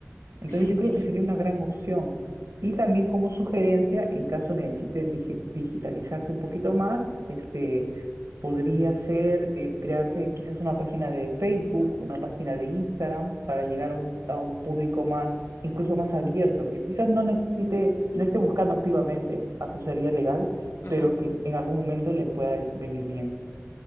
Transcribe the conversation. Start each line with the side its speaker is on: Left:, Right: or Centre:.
Right: Entonces
Left: Sí,
Right: yo creo
Left: sí.
Right: que sería una gran opción. Y también como sugerencia, en caso necesiten digi- digitalizarse un poquito más, este, podría ser eh, crearse quizás una página de Facebook, una página de Instagram para llegar a un, a un público más, incluso más abierto, que quizás no necesite, no esté buscando activamente asesoría legal,
Left: Ujú.
Right: pero que en algún momento le pueda venir bien.